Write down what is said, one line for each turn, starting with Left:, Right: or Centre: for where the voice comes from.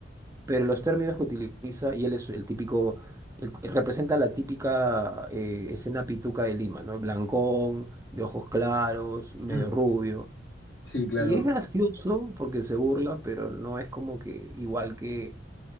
Right: pero los términos que utiliza, y él es el típico, el- representa la típica eh, escena pituca de Lima, ¿no? Blancón, de ojos claros, medio
Left: <laughs>
Right: rubio.
Left: Sí, claro.
Right: Y es gracioso porque se burla, pero no es como que igual que